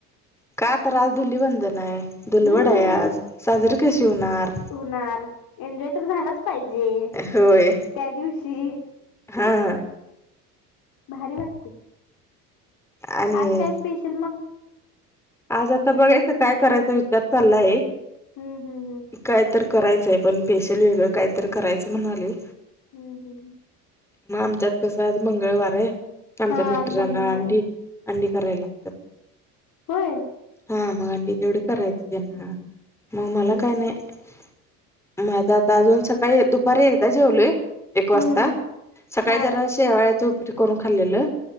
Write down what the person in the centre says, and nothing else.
का तर आज धुलीबंधन आहे धुलवड
आहे आज साजरी चणारार
होय
हा
आणि
आज आता बघायचं काय करायचा विचार चाललाय
काय तर करायचंय पण पेशल वेगळं काय तर करायचं म्हणाले
मग आमच्यात कसं आहेज मंगळवार आहे आमच्या
मिस्टरांना
आणी
अंडी करायला लागतात
हा मग आंटी तेवढी करायची
त्यांना
मग मला
काय नाही म आझ आता अजून सकाळी दुपारी एकदा जेवलोय एक वाजता
सकाळी
जरा शेवाळ्याचं उप करून खाल्लेलं